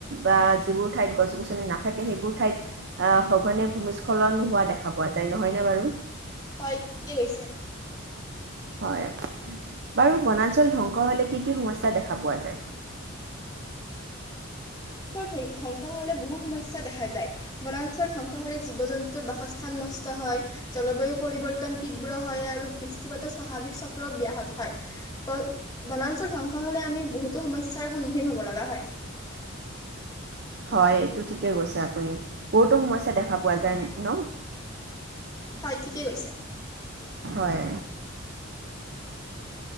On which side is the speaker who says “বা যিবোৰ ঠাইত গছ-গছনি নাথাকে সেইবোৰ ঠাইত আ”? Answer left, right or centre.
Right